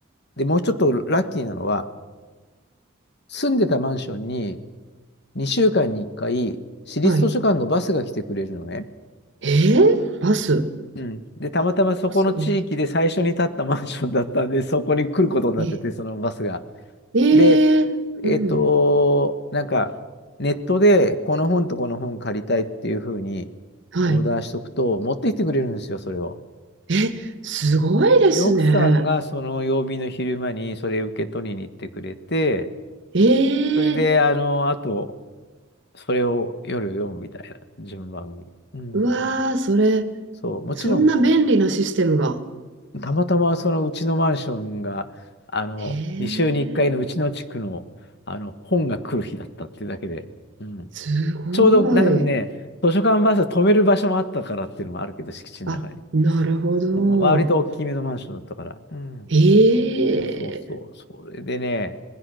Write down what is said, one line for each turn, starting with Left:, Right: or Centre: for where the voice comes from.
Left: で、もうちょっとラッキーなのは、住んでたマンションに2週間に1回、市立図書館のバスが来てくれるのね。
Right: え。はい。ええバス。
Left: うん。で、たまたまそこの地域で最初に建ったマンションだったんで、
Right: バスが来て。
Left: そこに来ることになってて、
Right: え、
Left: そのバスが。
Right: ええうん。
Left: で、えっと、なんか、ネットでこの本とこの本借りたいっていうふうにオーダーしとくと、
Right: はい。
Left: 持ってきてくれるんですよ、それを。
Right: え、すごいですね。
Left: で、奥さんがその曜日の昼間にそれ受け取りに行ってくれて、
Right: ええ
Left: それで、あの、あと、それを夜読むみたいな順番に。うん。
Right: うわー、それ、
Left: そう、もちろん
Right: そんな便利なシステムが。
Left: たまたまそのうちのマンションが、あの、
Right: ええ
Left: 2週に1回のうちの地区の、あの、本が来る日だったっていうだけで、うん。
Right: すごい。
Left: ちょうど、多分ね、図書館バス止める場所もあったからっていうのもあるけど、敷地の中に。
Right: あ、なるほど。
Left: あの割と大きめのマンションだったから。うん。
Right: ええ
Left: そうそうそう。それでね、